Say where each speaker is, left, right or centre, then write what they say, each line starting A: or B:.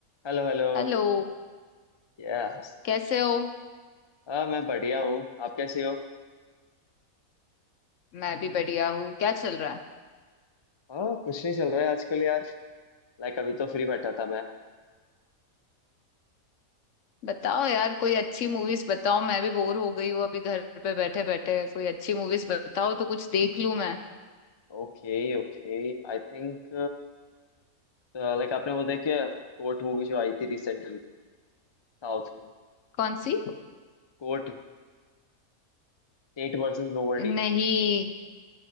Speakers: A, on the left; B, on the left.
A: Hello hello
B: Hello
A: Yes
B: कैसे हो
A: हाँ मैं बढ़िया हूँ आप कैसे हो
B: मैं भी बढ़िया हूँ क्या चल रहा है
A: हाँ कुछ नहीं चल रहा है आजकल यार लाइक अभी तो फ्री बैठा था मैं
B: बताओ यार कोई अच्छी मूवीज बताओ मैं भी बोर हो गई हूँ अभी घर पे बैठे बैठे कोई अच्छी मूवीज बताओ तो कुछ देख लूँ मैं
A: Okay okay I think like आपने वो देखी है कोर्ट मूवी जो आई थी रिसेंटली साउथ की
B: कौन सी
A: कोर्ट State versus nobody
B: नहीं